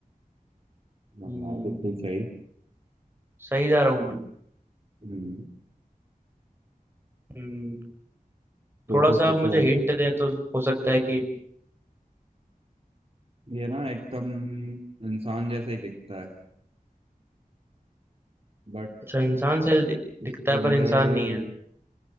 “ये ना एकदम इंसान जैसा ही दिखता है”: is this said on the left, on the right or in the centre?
Right